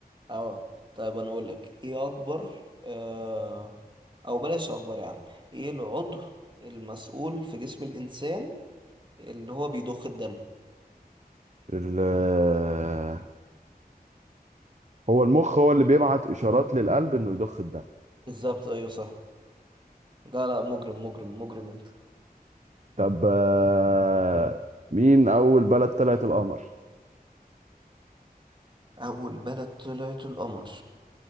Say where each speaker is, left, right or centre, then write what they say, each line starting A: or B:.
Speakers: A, on the right; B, on the right.
A: اه طيب انا اقول لك ايه اكبر آه او بلاش اكبر يا عم ايه العضو المسؤول في جسم الانسان اللي هو بيضخ الدم
B: ال آه، هو المخ هو اللي بيبعت اشارات للقلب انه يضخ الدم
A: بالظبط ايوه صح لا لا مجرم مجرم مجرم انت
B: طب آه، مين اول بلد طلعت القمر
A: اول بلد طلعت القمر